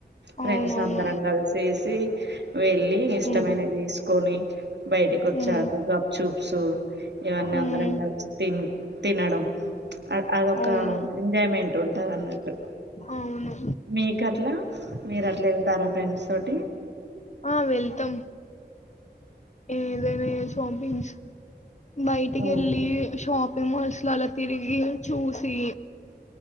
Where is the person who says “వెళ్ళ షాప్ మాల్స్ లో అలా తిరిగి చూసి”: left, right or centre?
Left